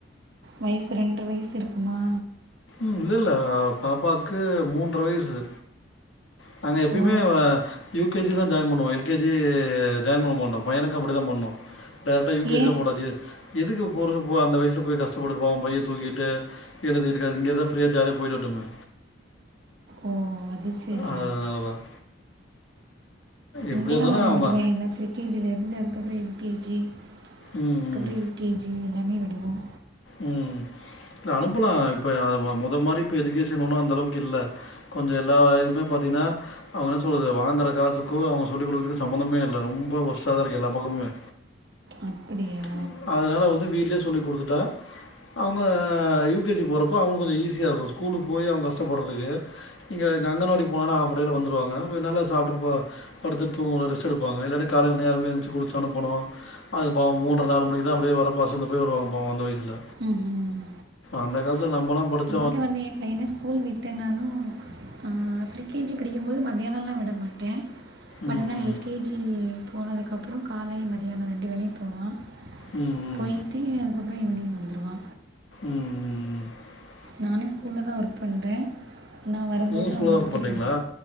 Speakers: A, on the right; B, on the left.
A: வயசு ரெண்ட்ர வயசு இருக்குமா
B: இல்லல்ல பாப்பாக்கு மூன்ற வயசு நாங்க எப்பயுமே
A: ஓ
B: யூ கே ஜி தான் ஜாயின் பண்ணுவோம் எல் கே ஜி ஜாயின் பண்ண மாட்டோம் பையனுக்கு அப்பிடித்தான் பண்ணோம் டைரெக்ட்டா யூ கே
A: ஏன்
B: ஜீ தா போட்டாச்சு எதுக்கு போறது அந்த வயசுல போய் கஷ்டப்பட்டுட்டு பாவம் பையத் தூக்கிட்டு எழுதிருக்கா இங்கேதான் ஃப்ரீயா ஜாலியா போயிட்டு வரட்டுமே
A: ஓ அது செரி
B: அதனால தான் எப்படியா
A: இங்கல்லாம்
B: இருந்தாலும்
A: நாங்க
B: அவங்க
A: விடுவா இல்ல ப்ரி கே ஜீ -ல இருந்து அதுக்கப்புறோ எல் கே ஜி க்கப்பற
B: ம் ம்
A: யூ கே ஜி எல்லாமே விடுவோம்
B: ம் இல்ல அனுப்பலாம் இப்போ அத மொதல் மாதிரி இப்போ எதுகேஷன் ஒன்னு அந்த அளவுக்கு இல்ல கொஞ்சம் எல்லா இதுவுமே பாத்தீங்கன்னா அவங்க என்ன சொல்றது வாங்குற காசுக்கோ அவங்க சொல்லிக் குடுக்குறதுக்கு சம்மந்தமே இல்ல ரொம்ப ஒர்ஸ்ட்டா தான் இருக்குது எல்லா பக்கமுமே
A: அப்படியா
B: ப்ச் அதனால வந்து வீட்லே சொல்லி் குடுத்துட்டா அவங்க ஆஹ் யூ கே ஜி போறப்போ அவங்களுக்கு கொஞ்சோ ஈஸியா இருக்கும் ஸ்கூலுக்கு போய் அவங்க கஷ்டப்படுறதுக்கு நீங்க இங்க அங்கன்வாடி போனன்னா ஆ ஹாஃப் டேல வந்துடுவாங்க அ நல்ல சாப்பிட்டு ப - படுத்துட்டு ரெஸ்ட் எடுப்பாங்க இல்லன்னா காலையில் நேரமே எந்ரிச்சி குளிச்சோன போனம் அது பாவோ மூன்ற நாலு மணிக்கு தான் அப்பிடியே வரப்ப அசந்து போய் வருவாங்க பாவம் அந்த வயசுல
A: உம் உம்
B: அந்த காலத்துல நம்மெல்லா படிச்
A: இங்க வந்து என் பையன ஸ்கூல் விட்டன்னாலு ஆஹ் ஃப்ரீ கே ஜி படிக்கும்போது மத்தியானம்லாம் விட மாட்டே பட்
B: ம்
A: என்ன எல் கே ஜி போனதுக்கப்புறம் காலை மதியானம் ரெண்டு வேளையு போவா
B: ம் ம் ம்
A: போய்ட்டு
B: ம்
A: எனக் அப்புறம் ஈவினிங் வந்துருவா
B: உம் உம் உம்
A: நானே ஸ்கூல்ல தா ஒர்க் பண்ற நா வரம்போது
B: நீங்கள் ஸ்கூலில்
A: அவன
B: தான் ஒர்க்
A: கூட்டிட்டு
B: பண்ணுறீங்களா
A: வந்தே